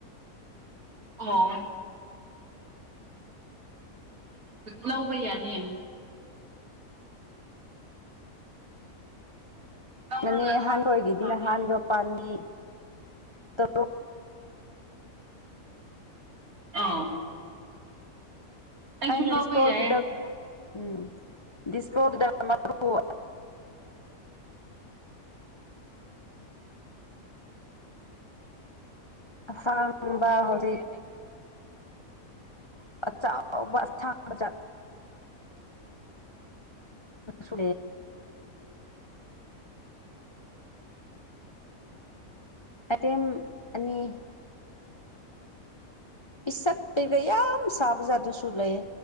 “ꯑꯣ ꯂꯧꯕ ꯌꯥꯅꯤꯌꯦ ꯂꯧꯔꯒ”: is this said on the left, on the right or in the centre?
Right